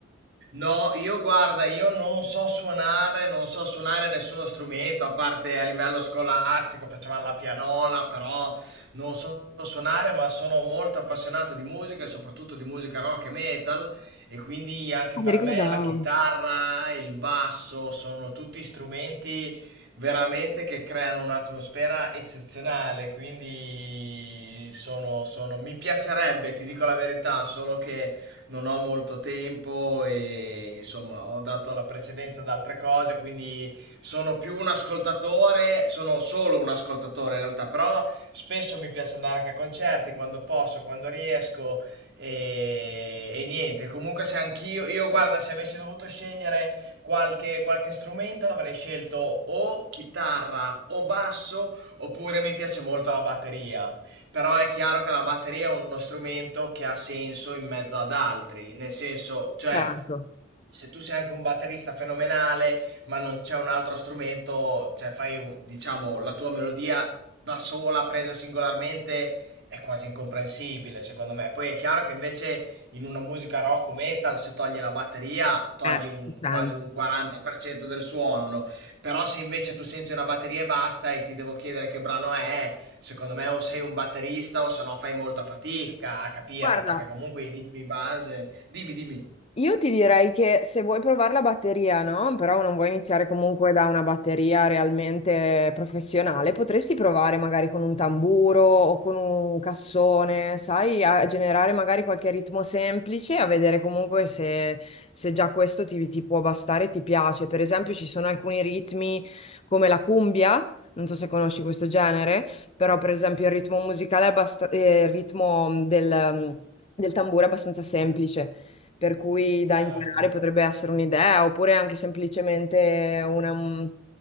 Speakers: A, on the right (about 60°); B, on the left (about 30°).
A: No, io guarda, io non so suonare, non so suonare nessuno strumento, a parte a livello scolastico, facevamo la pianola, però non so suonare, ma sono molto appassionato di musica e soprattutto di musica rock e metal e quindi anche
B: Ah,
A: per
B: Mi ricordavo.
A: me la chitarra, il basso sono tutti strumenti veramente che creano un'atmosfera eccezionale, quindi sono, sono, mi piacerebbe, ti dico la verità, solo che non ho molto tempo e insomma ho dato la precedenza ad altre cose, quindi sono più un ascoltatore, sono solo un ascoltatore in realtà, però spesso mi piace andare anche a concerti quando posso, quando riesco e, e niente, comunque se anch'io, io guarda, se avessi dovuto scegliere qualche, qualche strumento avrei scelto o chitarra o basso oppure mi piace molto la batteria. Però è chiaro che la batteria è uno strumento che ha senso in mezzo ad altri, nel senso, cioè,
B: Certo,
A: se tu sei anche un batterista fenomenale, ma non c'è un altro strumento, cioè fai un- diciamo, la tua melodia da sola, presa singolarmente, è quasi incomprensibile, secondo me. Poi è chiaro che invece in una musica rock o metal, se togli la batteria, togli
B: eh,
A: un-
B: si sente.
A: quasi un 40% del suono. Però se invece tu senti una batteria e basta e ti devo chiedere che brano è, secondo me o sei un batterista o se no fai molta fatica a capirlo,
B: Guarda,
A: perché comunque i ritmi base... Dimmi, dimmi.
B: Io ti direi che se vuoi provare la batteria, no? Però non vuoi iniziare comunque da una batteria realmente professionale, potresti provare magari con un tamburo o con un cassone, sai, a generare magari qualche ritmo semplice, a vedere comunque se, se già questo ti, ti può bastare e ti piace. Per esempio, ci sono alcuni ritmi come la cumbia. Non so se conosci questo genere, però per esempio il ritmo musicale è abbast- eh, il ritmo del, del tamburo è abbastanza semplice per cui da
A: Certo.
B: imparare potrebbe essere un'idea, oppure anche semplicemente una, mm,